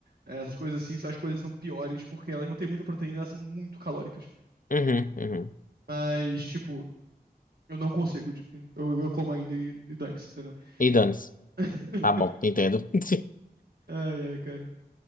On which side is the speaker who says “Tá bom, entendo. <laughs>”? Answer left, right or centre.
Left